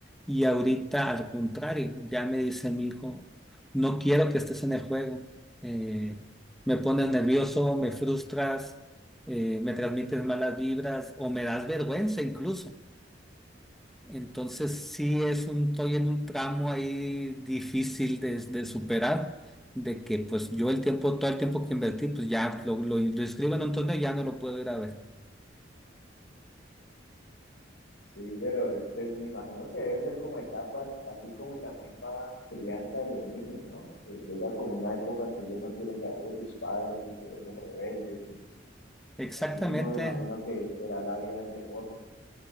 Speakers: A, in the centre; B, on the left.
A: Y ahorita al contrario, ya me dice mi hijo, no quiero que estés en el juego, eh, me pones nervioso, me frustras, eh, me transmites malas vibras o me das vergüenza incluso. Entonces sí es un, estoy en un tramo ahí difícil de, de superar, de que pues yo el tiempo, todo el tiempo que invertí, pues ya lo, lo, lo inscribo en un torneo y ya no lo puedo ir a ver.
B: Sí, pero pues me imagino que deben ser como etapas, así como en la misma crianza de los niños, ¿no? Que llega como una época en que ellos no quieren saber de sus padres y se vuelven rebeldes. Y
A: Exactamente.
B: así mismo me imagino que será la vida del deporte.